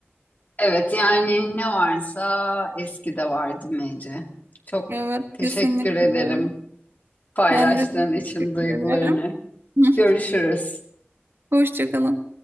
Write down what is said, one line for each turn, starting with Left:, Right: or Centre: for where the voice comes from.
Left: Evet yani ne varsa eskide vardı Mece. Çok
Right: Evet
Left: teşekkür
Right: kesinlikle.
Left: ederim.
Right: öyle.
Left: paylaştığın
Right: Ben de teşekkür
Left: için duygularını.
Right: ederim. <laughs>
Left: Görüşürüz.
Right: Hoşça kalın.